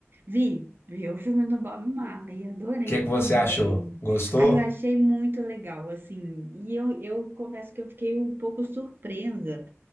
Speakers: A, on the right; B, on the left.
A: Vi, vi o filme do Bob Marley, adorei
B: O que que você
A: também.
B: achou? Gostou?
A: Aí eu achei muito legal, assim, e eu, eu confesso que eu fiquei um pouco surpresa